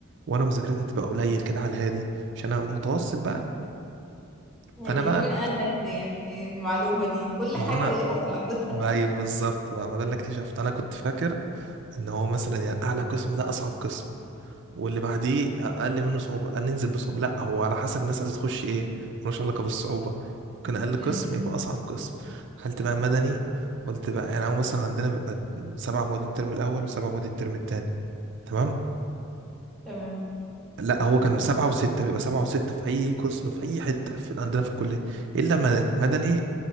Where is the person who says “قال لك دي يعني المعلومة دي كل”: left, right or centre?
Centre